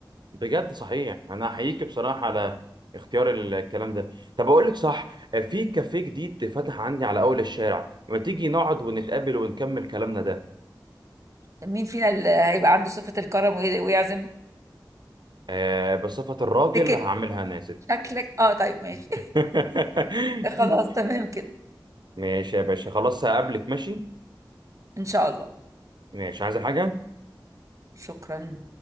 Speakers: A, on the right; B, on the right.
A: بجد صحيح انا احييك بصراحه على اختيار ال- الكلام ده طب اقول لك صح آه، في كافيه جديد فتح عندي على اول الشارع ما تيجي نقعد ونتقابل ونكمل كلامنا ده
B: مين فينا اللي هيبقى عنده صفة الكرم وي- ويعزم
A: آه، بصفة الراجل
B: تكت
A: هعملها انا يا ست
B: شكلك اه طيب ماشي
A: <laughs>
B: <laughs> خلاص تمام كده
A: ماشي يا باشا خلاص هقابلك ماشي
B: ان شاء الله
A: ماشي عايز حاجة
B: شكرا